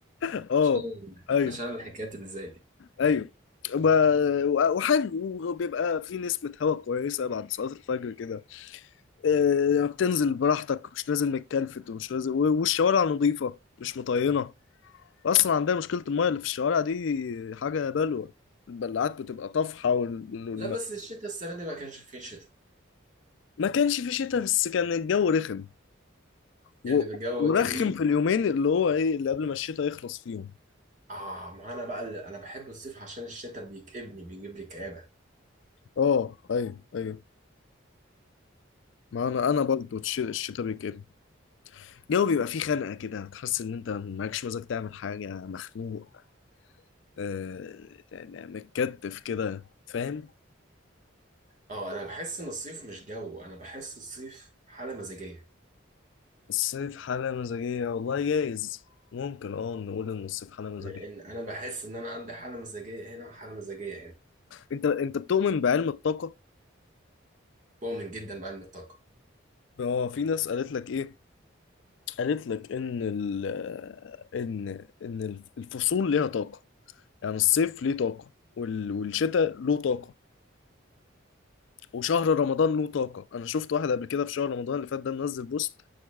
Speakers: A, on the left (about 65°); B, on the right (about 35°).
A: اه
B: عشان
A: ايوه
B: عشان الحكايات اللي زي دي
A: ايوه ب- وحلو وبيبقى في نسمة هوا كويسة بعد صلاة الفجر كده آه، بتنزل براحتك مش لازم متكلفت ومش لازم و- والشوارع نظيفة مش مطينة أصلا عندنا مشكلة المية اللي في الشوارع دي حاجة بلوة البلعات بتبقى طافحة وال... والم-
B: لا بس الشتاء السنة دي ما كانش فيه شتاء
A: ما كانش في شتاء بس كان الجو رخم و...
B: يعني الجو
A: ورخم
B: كئيب
A: في اليومين اللي هو ايه اللي قبل ما الشتاء يخلص فيهم
B: اه ما انا بقى اللي- انا بحب الصيف عشان الشتاء بيكئبني بيجيب لي كآبة
A: اه ايوه ايوه ما انا انا برضه الش- الشتاء بيجي الجو بيبقى فيه خنقه كده تحس ان انت معكش مزاج تعمل حاجه مخنوق آه يعني متكتف كده فاهم
B: اه انا بحس ان الصيف مش جو انا بحس الصيف حاله مزاجيه
A: الصيف حاله مزاجيه والله جايز ممكن اه نقول ان الصيف حاله مزاجيه
B: لان انا بحس ان انا عندي حاله مزاجيه هنا وحاله مزاجيه هنا
A: انت انت بتؤمن بعلم الطاقه
B: بؤمن جدا بقى ان الطاقه
A: هو في ناس قالت لك ايه قالت لك ان ال ان ان الفصول ليها طاقه يعني الصيف ليه طاقة وال- والشتاء له طاقة وشهر رمضان له طاقة أنا شفت واحد قبل كده في شهر رمضان اللي فات ده منزل بوست